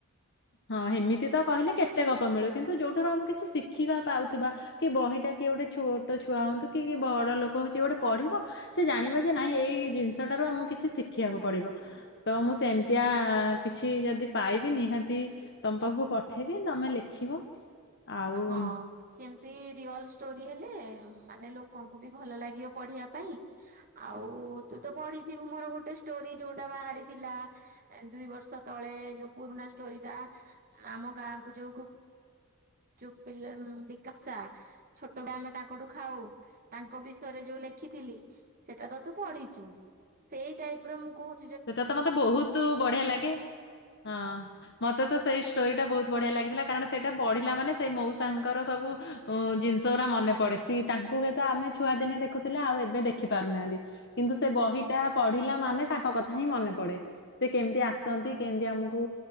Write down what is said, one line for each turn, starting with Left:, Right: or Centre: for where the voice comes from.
Left: ହଁ ହେମିତି ତ କହିଲେ କେତେ ଗପ ମିଳିବ, କିନ୍ତୁ ଯୋଉଥରୁ ଆମେ କିଛି ଶିଖିବା ପାଉଥିବା କି ବହିଟା କିଏ ଗୋଟେ ଛୋଟ ଛୁଆ ହୁଅନ୍ତୁ କି କି ବଡ ଲୋକ ହଉ ଯିଏ ଗୋଟେ ପଢିବ ସେ ଜାଣିବ ଯେ ନାଇଁ ଏଇ ଏଇ ଜିନିଷଟାରୁ ଆମକୁ କିଛି ଶିଖିବାକୁ ପଡିବ। ତ ମୁଁ ସେମିତିଆ କିଛି ଯଦି ପାଇବି ନିହାତି ତମ ପାଖକୁ ପଠେଇବି ତମେ ଲେଖିବ। ଆଉ
Right: ହଁ ସେମ ତି ରିଅଲ ଷ୍ଟୋରି ହେଲେ ମାନେ ଲୋକଙ୍କୁ ବି ଭଲ ଲାଗିବ ପଢିବା ପାଇଁ ଆଉ। ତୁ ତ ପଢିଥିବୁ ମୋର ଗୋଟେ ଷ୍ଟୋରି ଯୋଉଟା ବାହାରିଥିଲା ଦୁଇ ବର୍ଷ ତଳେ ଯୋଉ ପୁରୁଣା ଷ୍ଟୋରିଟା ଆମ ଗାଁ କୁ ଯୋଉ ଗୁପ୍ ଚୁପ୍ ପିଲା ବିକାସା ଛୋଟବେଳେ ଆମେ ତାଙ୍କଠୁ ଖାଉ ତାଙ୍କ ବିଷୟରେ ଯୋଉ ଲେଖିଥିଲି। ସେଟାର ତୁ ପଢିଛୁ ସେଇ ଟାଇପ ର ମୁଁ କହୁ
Left: ସେଟା ତ ମତେ ବହୁତ ବଢିଆ ଲାଗେ। ହଁ ମତେ ତ ସେଇ ଷ୍ଟୋରି ଟା ବହୁତ ବଢିଆ ଲାଗିଥିଲା। କାରଣ ସେଇଟା ପଢିଲା ମାନେ ସେ ମଉସାଙ୍କର ସବୁ ଜିନିଷ ଗୁରା ମନେ ପଡେ। ସି ତାଙ୍କୁ ହୁଏତ ଆମେ ଛୁଆ ଦିନେ ଦେଖୁଥିଲେ ଆଉ ଏବେ ଦେଖି ପାରୁନାହାଁନ୍ତି। କିନ୍ତୁ ସେ ବହିଟା ପଢିଲା ମାନେ ତାଙ୍କ କଥା କଥା ହିଁ ମନେ ପଡେ। ସେ କେମିତି ଆସନ୍ତି
Right: ହଁ
Left: କେମିତି ଆମକୁ